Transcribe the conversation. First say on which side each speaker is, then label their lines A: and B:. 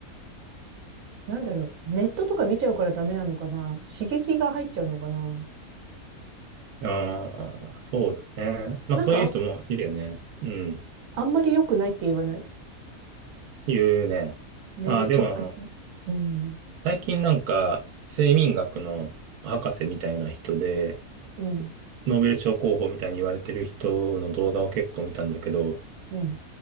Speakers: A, on the right; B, on the right.
A: なんだろう、ネットとか見ちゃうからダメなのかな刺激が入っちゃうのかな
B: ああ、そうだね。まあそういう人もいるよね。
A: なんかあ、
B: うん、
A: あんまり良くないって言わない
B: いうね。
A: 寝る直前。
B: ああ、でも、
A: うん、
B: 最近なんか、睡眠学の博士みたいな人で、
A: うん、
B: ノーベル賞候補みたいに言われてる人の動画を結構見たんだけど、
A: うん、